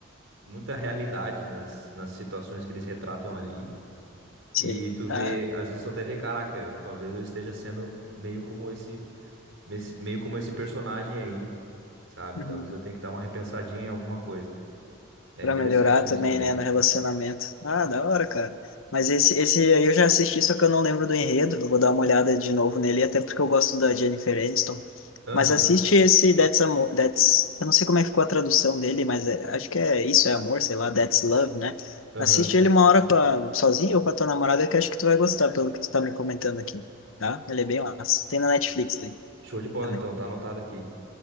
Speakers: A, on the right; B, on the left.
A: muita realidade nas, nas situações que eles retratam ali.
B: sim.
A: E tu vê,
B: Ah.
A: às vezes tu até vê, caraca, talvez eu esteja sendo meio como esse, esse- meio como esse personagem aí. sabe?
B: Uhum.
A: Talvez eu tenha que dar uma repensadinha em alguma coisa. É
B: Pra
A: interessante
B: melhorar também,
A: nisso também.
B: né, no relacionamento. Ah, da hora, cara. Mas esse, esse aí eu já assisti, só que eu não lembro do enredo. Eu vou dar uma olhada de novo nele, até porque eu gosto da Jennifer Aniston.
A: Aham,
B: Mas assiste esse That's Amor, That's... Eu não sei como é que ficou a tradução dele, mas é- acho que é Isso é Amor, sei lá, That's Love, né?
A: aham.
B: Assiste ele uma hora com a- sozinho ou com a tua namorada, que acho que tu vai gostar, pelo que tu tá me comentando aqui, tá? Ele é bem massa. Tem na Netflix daí
A: Show de bola
B: também.
A: então, tá anotado aqui.